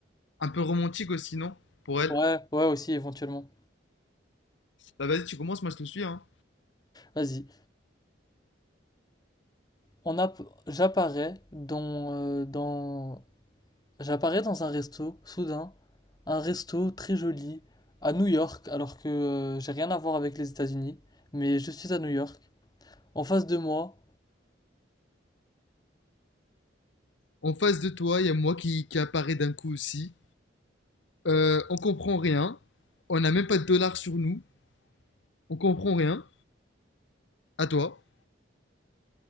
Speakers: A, on the left (about 75°); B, on the left (about 20°).
A: Un peu romantique aussi, non? Pour elle.
B: Ouais, ouais aussi éventuellement.
A: Bah, vas-y, tu commences, moi je te suis, hein.
B: Vas-y. On a, j'apparais dans euh, dans J'apparais dans un resto, soudain, un resto très joli, à New York, alors que euh, j'ai rien à voir avec les États-Unis, mais je suis à New York. En face de moi,
A: En face de toi, il y a moi qui, qui apparaît d'un coup aussi. Euh, on comprend rien. On n'a même pas de dollars sur nous. On comprend rien. À toi.